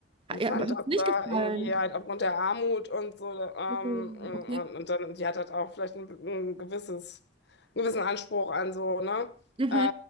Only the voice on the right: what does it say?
ja,
hat es
nicht
gefallen?
Oh,
okay.
Mhm.